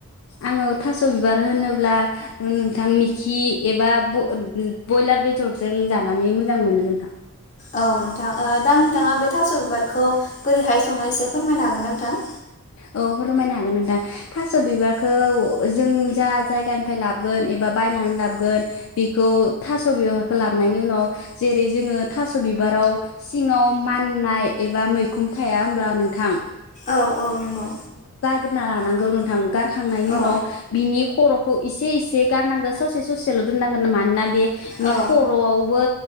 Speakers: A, on the left (about 65°); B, on the left (about 35°).
A: आङो थास' बिबार होनोब्ला नोंथां मिखि एबा ब्रयलार बेदरजों जानानै मोजां मोनो नोंथां
B: औ नोंथां दा नोंथाङा बे थास' बिबार खौ बोरैहाय सङो एसे फोरमायनो हागोन नोंथां
A: औ फोरमायनो हागोन नोंथां थास' बिबारखौ जों जा जायगानिफ्राय लाबोगोन एबा बायनानै लाबोगोन बेखौ थास' बिबारखौ लाबोनायनि उनाव जेरै जोङो थास' बिबाराव सिङाव माननाय एबा मैखुन थाया होनब्ला नोंथां
B: औ औ नंगौ।
A: ग्रोना लानांगौ नोंथां गारखांनायनि
B: औ
A: उनाव बिनि खर' इसे इसे गारनांगोन ससे ससेल' दोननांगोन मानोना बे नि
B: औ
A: खर'आवबो